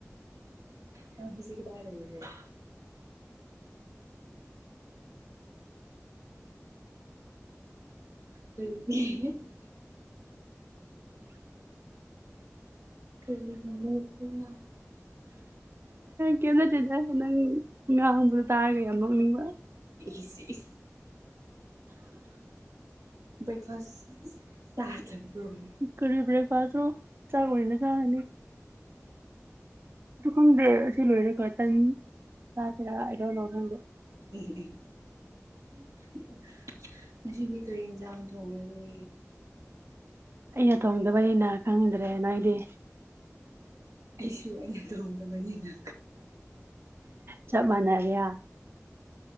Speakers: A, on the right; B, on the right.
A: ꯌꯥꯝꯅ ꯈꯨꯁꯤ ꯀꯗꯥ ꯂꯩꯦ <inaudible> ꯀ <inaudible> ꯀ <inaudible>
B: ꯀꯦꯝꯅꯠꯗꯦꯗ ꯅꯪ ꯉꯥꯡꯕꯗꯣ ꯇꯥꯔꯒ ꯌꯥꯝ ꯅꯣꯛꯅꯤꯡꯕ
A: ꯢꯁ ꯕ꯭ꯔꯦꯛꯐꯥꯁ ꯆꯥ ꯊꯥꯛꯕꯔꯣ
B: ꯀꯔꯤ ꯕꯦꯛꯐꯥꯁ ꯅꯣ ꯆꯥꯛ ꯑꯣꯏꯕ ꯀꯥꯟꯗ ꯑꯗꯨ ꯈꯪꯗꯦ ꯑꯁꯤ ꯂꯣꯏꯔꯦ ꯈ ꯇꯟ ꯆꯥꯁꯤꯔꯥ ꯑꯩꯗꯧ ꯂꯣ ꯈꯪꯗꯦ <inaudible>
A: ꯑꯦꯍ <inaudible> ꯉꯁꯤꯗꯤ ꯀꯔꯤ ꯌꯦꯟꯁꯥꯡ ꯊꯣꯡꯉꯅꯤ
B: ꯑꯩꯅ ꯇꯣꯡꯗꯕꯅꯤꯅ ꯈꯪꯗ꯭ꯔꯦ ꯅꯣꯢꯗꯤ
A: ꯑꯩꯁꯨ ꯑꯩꯅ ꯇꯧꯗꯕꯅꯤꯅ
B: ꯆꯞ ꯃꯥꯟꯅꯔꯤꯑ